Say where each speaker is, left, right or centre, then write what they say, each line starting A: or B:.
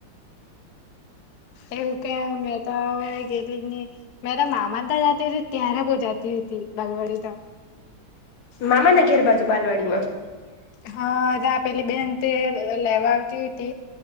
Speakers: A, on the left; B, on the left.
A: એવું કે મેં તો હ ગેલી ન મે મામા ત જતી હોય ત્યારે બહ જતી <unintelligible> બગવાડી ત <unintelligible>
B: મામા ઘેર બાજુ બાલવાડીમાં
A: હા પેલી બેન તે લેવા આવતી હતી.